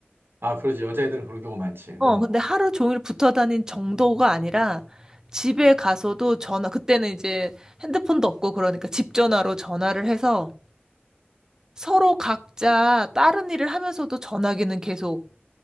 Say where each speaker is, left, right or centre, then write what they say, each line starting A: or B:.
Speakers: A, on the right; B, on the right.
A: 아, 그러지. 여자애들은 그런 경우 많지.
B: 어,
A: 어,
B: 근데 하루 종일 붙어 다닌 정도가 아니라 집에 가서도 전화, 그때는 이제 핸드폰도 없고 그러니까 집 전화로 전화를 해서 서로 각자 다른 일을 하면서도 전화기는 계속